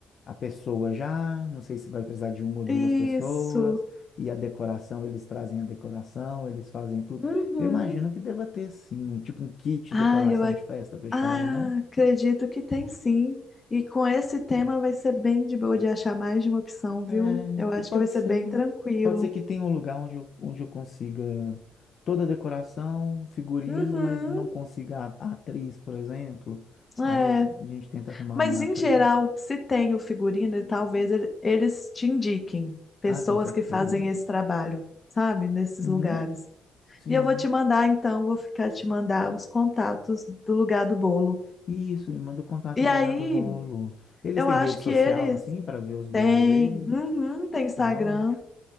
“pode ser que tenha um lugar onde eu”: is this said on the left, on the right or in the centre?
Left